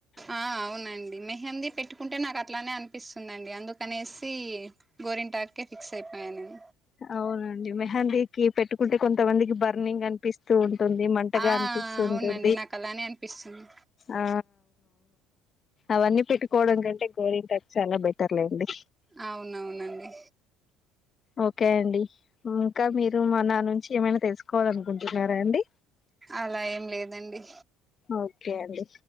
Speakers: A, on the right; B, on the left.
A: ఆ అవునండి మేహింది పెట్టుకుంటే నాకు అట్లానే అనిపిస్తుందండి అందుకనేసి గోరింటాక్ కె ఫిక్స్ అయిపోయా నేన్
B: అవునండి మేహింది కి పెట్టుకుంటే కొంతమందికి బర్నింగ్ అనిపిస్తూ టుంది మంటగా
A: ఆ
B: అనిపిస్తుంటుంది
A: అవునండి నాకు అలానే అనిపిస్తుంది
B: ఆ అవన్నీ పెట్టుకోవడం కంటే గోరింటకు చాలా బెటర్లేండి
A: అవునవునండి
B: ఒకే అండి ఇంకా మీరు మా నా నుంచి ఏమైనా తెలుసుకో కోదనుకుంటున్నారా అండి
A: అలా ఏం లేదండి
B: ఓక్ కె అండి